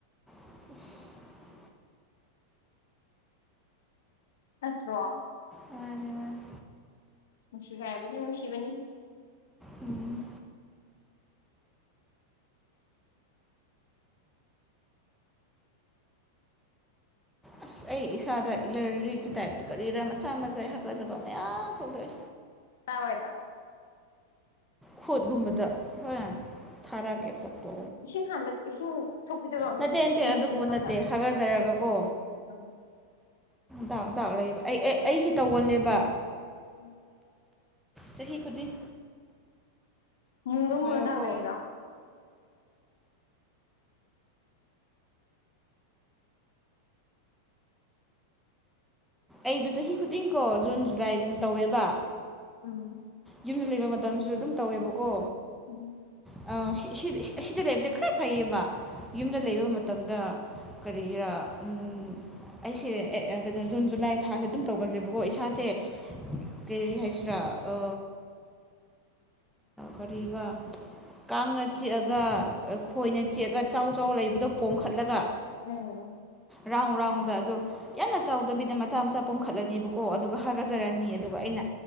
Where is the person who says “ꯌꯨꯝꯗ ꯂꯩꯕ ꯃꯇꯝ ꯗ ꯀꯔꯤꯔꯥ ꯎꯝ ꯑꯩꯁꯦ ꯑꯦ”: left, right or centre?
Centre